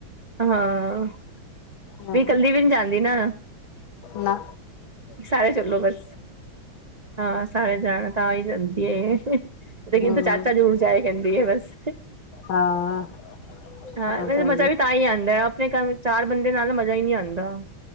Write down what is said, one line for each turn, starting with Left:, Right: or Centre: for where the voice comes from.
Right: ਹਾਂ
Left: ਹਾਂ
Right: ਵੀ ਇਕੱਲੀ ਵੀ ਨਹੀਂ ਜਾਂਦੀ ਨਾ।
Left: ਨਾ
Right: ਸਾਰੇ ਚਲੋ ਬਸ ਹਾਂ ਸਾਰੇ ਜਾਣ। ਤਾਂ ਹੀ ਜਾਂਦੀ ਏ ਲੇਕਿਨ
Left: ਹਮ
Right: ਤੇ ਚਾਚਾ ਜ਼ਰੂਰ ਜਾਏ ਕਹਿੰਦੀ ਬਸ।
Left: ਹਾਂ
Right: ਹਾਂ
Left: ਉਹ
Right: ਵੈਸੇ
Left: ਤਾਂ ਹੈ
Right: ਮਜ਼ਾ ਵੀ ਤਾਂ ਹੀ ਆਂਦਾ ਆਪਣੇ ਘਰ ਚਾਰ ਬੰਦੇ ਨਾਲ ਮਜ਼ਾ ਹੀ ਨੀ ਆਂਦਾ।